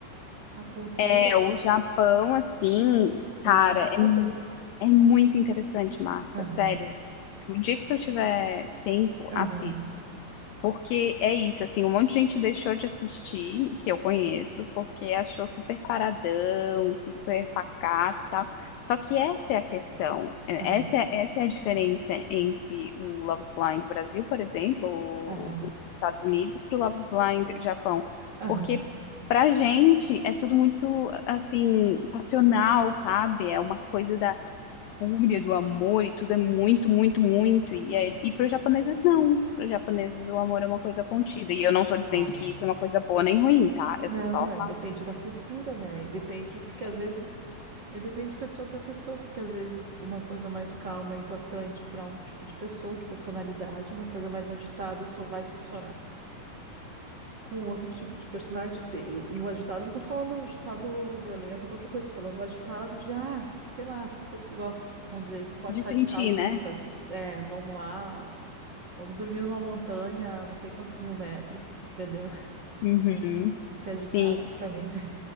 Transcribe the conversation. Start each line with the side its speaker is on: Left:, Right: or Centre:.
Right: à cultura,
Left: É, o
Right: né?
Left: Japão, assim,
Right: Meio
Left: cara,
Right: fechado.
Left: é, mu- é muito interessante, Marta,
Right: Aham,
Left: sério. Se o dia que tu tiver tempo,
Right: aham,
Left: assiste. Porque é isso, assim, um monte de gente deixou de assistir, que eu conheço, porque achou super paradão, super pacato e tal. Só que essa é a questão, é-
Right: aham.
Left: essa é, essa é a diferença entre o Love is Blind Brasil, por exemplo,
Right: Aham,
Left: ou os Estados Unidos, para o Love is Blind Japão.
Right: aham.
Left: Porque pra gente é tudo muito, assim, passional, sabe? É uma coisa da fúria do amor e tudo é muito, muito, muito. E, é, e para os japoneses, não. Para os japoneses, o amor é uma coisa contida. E eu não tô dizendo
Right: Ah,
Left: que isso é uma coisa boa nem ruim, tá? Eu
Right: não,
Left: tô só
Right: é,
Left: falando
Right: depende da cultura, né? E Depende, porque às vezes, e depende de pessoa para pessoa, porque às vezes uma coisa mais calma é importante para um tipo de pessoa, de personalidade, uma coisa mais agitada só vai funcionar com outro tipo de personalidade. E, e o agitado, não tô falando agitado violento, qualquer coisa, tô falando agitado de, ah, sei lá, as pessoas que gostam, vamos dizer, esporte
Left: de
Right: radical
Left: sentir,
Right: juntas,
Left: né?
Right: é, vamos lá, vamos dormir numa montanha, não sei quantos mil metros, entendeu?
Left: Uhum.
Right: Isso é agitado
Left: Sim,
Right: pra mim, né?